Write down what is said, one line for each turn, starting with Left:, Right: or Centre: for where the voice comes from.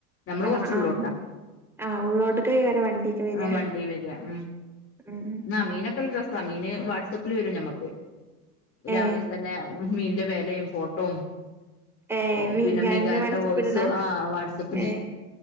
Left: നമ്മള്
Centre: ആഹ്
Left: കൊറച്ചള്ളോട്ടാ,
Centre: ആഹ് ആഹ് ഉള്ളോട്ടക്ക് വരെ വണ്ടിയൊക്കെ വരിക
Left: ആ വണ്ടി വരിക ഉം
Centre: ഉം
Left: ആ മീനൊക്കെ ഉള്ള രസാ മീന് വാട്സആപ്പില് വരും ഞമ്മക്ക് രാവിലെ
Centre: ഏ
Left: തന്നെ മീന്റെ വെലയും ഫോട്ടവും
Centre: ഏ
Left: ഓ
Centre: മീൻകാരന്
Left: പിന്നെ മീൻകാരന്റെ
Centre: വാട്സപ്പ്
Left: വോയ്സ്
Centre: ഇടണ
Left: ആഹ വാട്സ്ആപ്പില്
Centre: ഏ